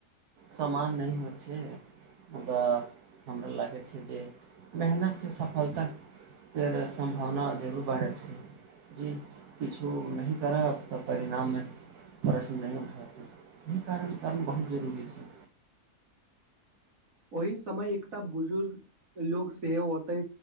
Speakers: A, on the right; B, on the right.
A: समान नहि होइत छै मुदा हमरा लागै छै जे मेहनतसँ सफलताके सम्भावना जरूर बढ़ै छै जी किछो नहि करब तऽ परिणाममे प्रश्न नहि उठयतै एहि कारण कर्म बहुत जरूरी छै
B: ओहि समय एकटा बुजुर्ग लोको सेहो ओते